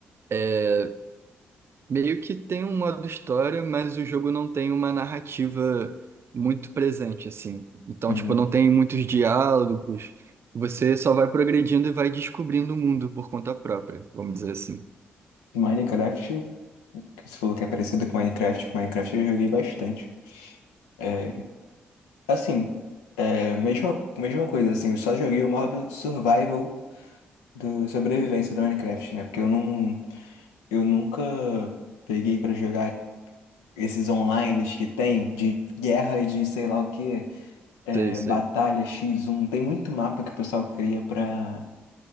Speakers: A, on the right (about 45°); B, on the left (about 90°).
A: é, Meio que tem um modo história, mas o jogo não tem uma narrativa muito presente, assim. Então,
B: Entendi.
A: tipo, não tem muitos diálogos. Você só vai progredindo e vai descobrindo o mundo por conta própria, vamos dizer assim.
B: Minecraft, que você falou que é parecido com Minecraft, Minecraft eu joguei bastante. É, Assim, é, mesma, mesma coisa, assim, eu só joguei o modo survival do sobrevivência do Minecraft, né? Porque eu não, eu nunca peguei pra jogar esses online que tem de guerra e de sei lá o que
A: Sei, sei.
B: batalha x um Tem muito mapa que o pessoal cria pra,